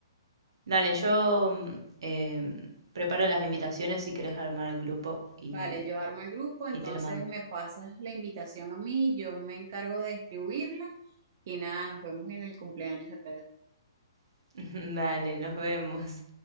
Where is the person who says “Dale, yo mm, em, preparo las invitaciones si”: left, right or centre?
Right